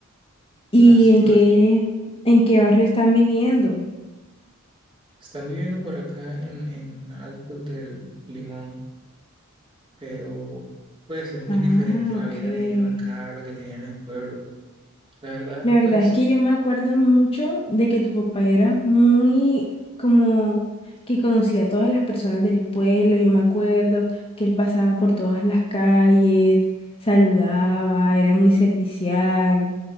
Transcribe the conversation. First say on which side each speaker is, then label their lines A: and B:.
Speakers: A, on the left (about 25°); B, on the right (about 25°).
A: ¿Y
B: Lástima.
A: en qué, en qué barrio están viviendo?
B: Están viviendo por acá en, en Altos del Limón, pero pues es muy
A: Ah,
B: diferente la
A: ok.
B: vida de ellos acá a la que tenían en el pueblo. La verdad,
A: La verdad
B: pues,
A: es que yo me acuerdo mucho de que tu papá era muy como que conocía a todas las personas del pueblo. Yo me acuerdo que él pasaba por todas las calles, saludaba, era muy servicial.